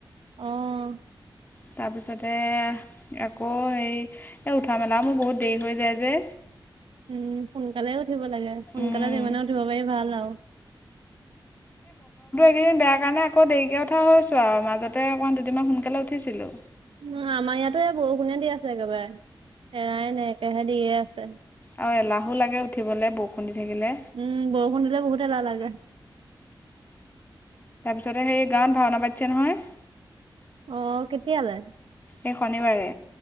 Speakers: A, on the right (about 85°); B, on the left (about 20°).
A: অহ।
B: তাৰপিছতে আকৌ হেই এই উঠা-মেলা মোৰ বহুত দেৰি হৈ যায় যে।
A: উম সোনকালে উঠিব লাগে। সোনকালে
B: উম,
A: যিমানে উঠিব পাৰি ভাল আৰু।
B: সি বেয়া কাৰণে আকৌ দেৰিকে উঠা হৈছো আৰু মাজত। তাতে অকণ দুদিনমান সোনকালে উঠিছিলো।
A: উম আমাৰ ইয়াতো এই বৰষুণে দি আছে একেবাৰে এৰাই নাই। একেৰাহে দিয়ে আছে।
B: আৰু এলাহো লাগে উঠিবলে বৰষুণ দি থাকিলে
A: উম। বৰষুণ দিলে বহুত এলাহ লাগে।
B: তাছতে হেই গাঁৱত ভাওনা পাতিছে নহয়।
A: অ' কেতিয়ালে?
B: এই শনিবাৰে